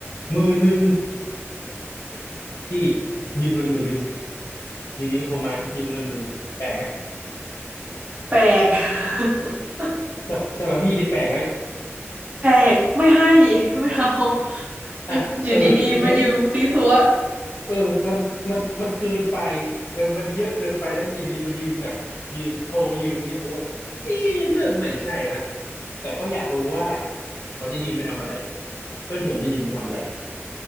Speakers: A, on the left (about 80°); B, on the right (about 30°).
A: หมื่นหนึ่งพี่ยืมเงินหมื่นหนึ่งอยู่ดีก็โทรมายืมเงินหมื่นหนึ่งแปลกไหม
B: แปลก <laughs>
A: สำหรับสำหรับพี่ที่แปลกไหม
B: แปลกไม่ให้ไม่เอา
A: อ่ะเออยังไง
B: อยู่อยู่ดีๆมายืมซีซัว
A: เออมันมันมันเกินไปมันมันเยอะเกินไปแล้วอยู่ดีมายืมแบบยืมโทรยืมอย่างเงี้ยผมแบบเอ๊ะเริ่มไม่ใช่ละแต่ก็อยากรู้ว่าเขาจะยืมไปทำอะไร เพื่อนผมจะยืมไปทำอะไร